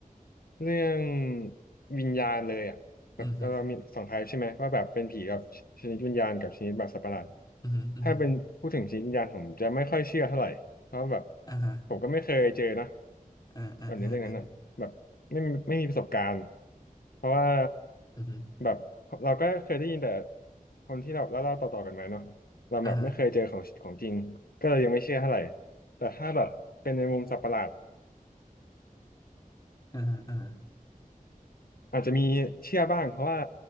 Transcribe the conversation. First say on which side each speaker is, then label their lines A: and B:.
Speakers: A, on the left (about 85°); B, on the left (about 25°).
A: เรื่องวิญญาณเลยอ่ะแบบเรามีสองไทป์ใช่ไหมว่าแบบเป็นผีกับชนิดวิญญาณกับชนิดแบบสัตว์ประหลาด
B: อืมฮึอืมฮึอืมฮึ
A: ถ้าเป็นพูดถึงชนิดวิญญาณผมจะไม่ค่อยเชื่อเท่าไหร่เพราะแบบ
B: อ่าฮะ
A: ผมก็ไม่เคยเจอนะ
B: อ่าอ่าอ่าอ่า
A: แบบในเรื่องนั้นอ่ะแบบไม่มีไม่มีประสบการณ์เพราะว่า
B: อืมฮึ
A: แบบเราก็เคยได้ยินแต่คนที่เราเล่าๆต่อๆกันมาเนาะเราแบบไม่เคยเจอของของจริงก็เลยยังไม่เชื่อเท่าไหร่
B: อ่าฮะ
A: แต่ถ้าแบบเป็นในมุมสัตว์ประหลาด
B: อ่าฮะอ่าฮะ
A: อาจจะมีเชื่อบ้างเพราะว่า